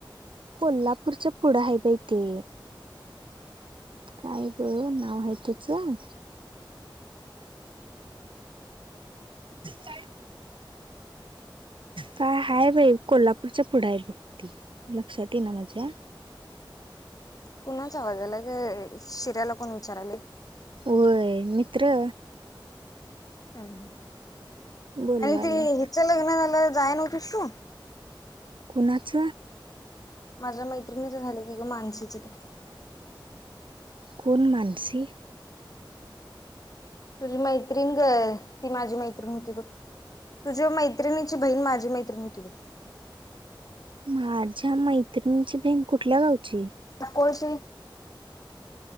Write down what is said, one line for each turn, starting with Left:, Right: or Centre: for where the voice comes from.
Right: कोल्हापूरच पुढं आहे बाई ते.. काय ग नाव आहेती चां.. का. काय हाय बाई कोल्हापूरच्या पुढे आहे बघती लक्षात येई ना माझ्या.
Left: कुणाच आवाजाला का शिर्याला कोण विचारायला
Right: होय मित्र.
Left: ह्
Right: बोलवाल्यात
Left: आणि तेी हिच लग्न झाला जाय नव्हत शू
Right: कोणाच.
Left: माझ्या मैत्रिणीच झालं की ग मानसचं का.
Right: कोण माणसी.
Left: तुझी मैत्रीण ग ती माझी मैत्रीण होती बघ. तुझ्या मैत्रिणीची बहीण माझी मैत्रिणी होती बघ.
Right: माझ्या मैत्रिणीची बँक कुठल्या गावची.
Left: काकश.